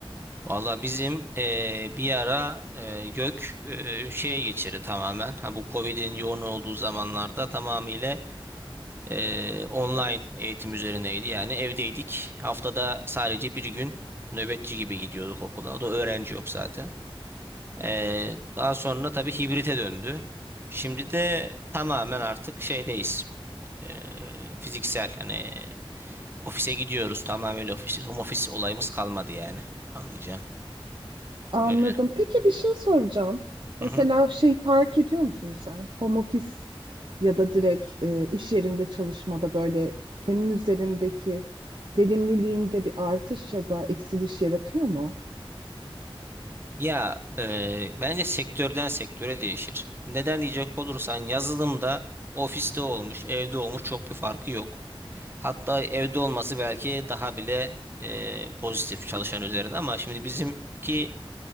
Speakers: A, on the right; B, on the right.
A: Valla bizim eee, bir ara eee YÖK eee, şeye geçirdi tamamen. Ha, bu Covid'in yoğun olduğu zamanlarda tamamıyla eee, online eğitim üzerineydi. Yani evdeydik. Haftada sadece bir gün nöbetçi gibi gidiyorduk okula. O da öğrenci yok zaten. Eee, daha sonra tabii hibrite döndü. Şimdi de tamamen artık şeydeyiz. Eee, fiziksel hani Ofise gidiyoruz tamamen ofisiz. Home office olayımız kalmadı yani. Anlayacağım.
B: Anladım.
A: Öyle.
B: Peki bir şey soracağım. Mesela
A: Hı hı.
B: şey fark ediyor musun sen? Home office ya da direkt e, iş yerinde çalışmada böyle senin üzerindeki verimliliğinde bir artış ya da eksiliş yaratıyor mu?
A: Ya e, bence sektörden sektöre değişir. Neden diyecek olursan yazılımda ofiste olmuş, evde olmuş çok bir farkı yok. Hatta evde olması belki daha bile e, pozitif çalışan üzerine ama şimdi bizimki